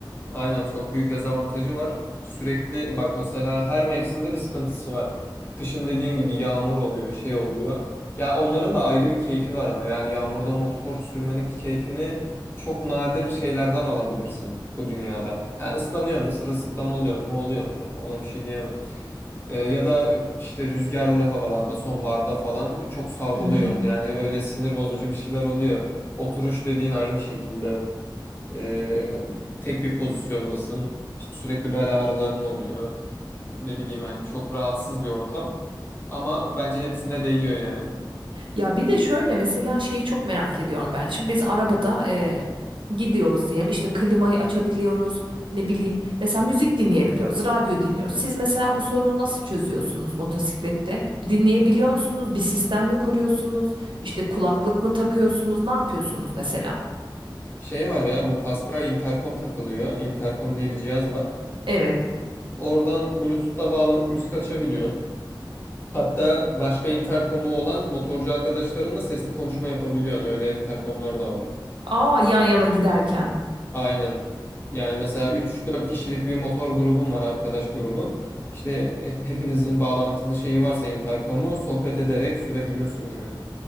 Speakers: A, on the left; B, on the right.
A: Aynen çok büyük dezavantajı var. Sürekli bak mesela her mevsimde bir sıkıntısı var. Kışın dediğin gibi yağmur oluyor, şey oluyor. Ya onların da ayrı bir keyfi var ama yani yağmurda motor sürmenin keyfini çok nadir şeylerden alabilirsin bu dünyada. Ha ıslanıyor mu, sırılsıklam oluyor mu, oluyor mu? Ona bir şey diyemem. Ee, ya da işte rüzgarlı havalarda, sonbaharda falan çok savruluyorsun.
B: Hı hı.
A: Yani öyle sinir bozucu bir şeyler oluyor. Oturuş dediğin aynı şekilde. Ee, tek bir pozisyondasın. İşte sürekli bel ağrıların oluyor. Ne bileyim yani çok rahatsız bir ortam. Ama bence hepsine değiyor yani.
B: Ya bir de şöyle mesela şeyi çok merak ediyorum ben. Şimdi biz arabada e, gidiyoruz diyelim işte klimayı açabiliyoruz ne bileyim mesela müzik dinleyebiliyoruz radyo dinliyoruz. Siz mesela bu sorunu nasıl çözüyorsunuz motosiklette? Dinleyebiliyor musunuz? Bir sistem mi kuruyorsunuz? İşte kulaklık mı takıyorsunuz? Ne yapıyorsunuz mesela?
A: Şey var ya bu kaska interkom takılıyor. Interkom diye bir cihaz var.
B: Evet.
A: Oradan Bluetooth'ta bağlanıp müzik açabiliyorsun. Hatta başka interkomu olan motorcu arkadaşlarınla sesli konuşma yapabiliyorsun. Öyle interkomlar da var.
B: Aa yan yana giderken.
A: Aynen. Yani mesela üç dört kişilik bir motor grubun var, arkadaş grubun. İşte e, hepinizin bağlantılı şeyi varsa interkomu sohbet ederek sürebiliyorsun yani.